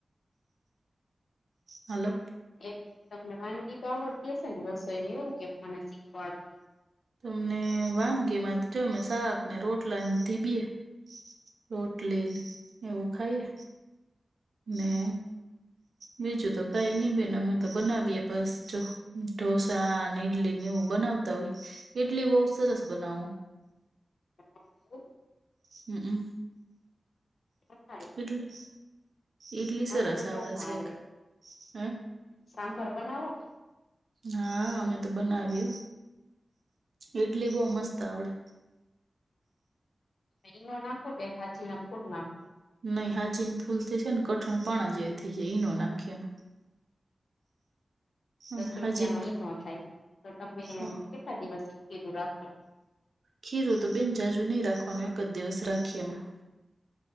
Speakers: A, on the right; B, on the left.
A: હલો
B: એ તમને વાનગી તો આવડતી હશે ને બસો એને એવું કે મને શીખવાડ
A: તમને વાનગીમાં જમે શાકને રોટલાથીીબી રોટલી એવું ખાઈ ને બીજું તો કઈ નહી બેન અમે તો બનાવીએ બસ જો ઢોસા અને ઈડલી નેવું બનાવતા હોય ઈડલી બહવ સરસ બનાવું
B: એવું
A: હમમ
B: એ
A: ઈડલી ઈડલી
B: મને
A: સરસ
B: તો બહવ ના
A: છે
B: આવડે
A: હ
B: સાંભર બનાવો તો
A: હા અમે તો બનાવી ઈડલી બહ મસ્ત આવડે
B: હ મહનો નાખો કે હાજી ના પૂર નાખો
A: નઈ હાજીની ફૂલ થઈ છે ને કઠણ પા જેવી થઇ જાય ઈનો નાખીમ અમે
B: દસ રૂપિયા
A: હાજીન
B: નો એ ન થાય તો તમે
A: અ
B: કેટલા દિવસીલું રાખો
A: ખીરું તો બેન જાજુ નહી રાખવાનું એક જ દિવસ રાખીએ એમાં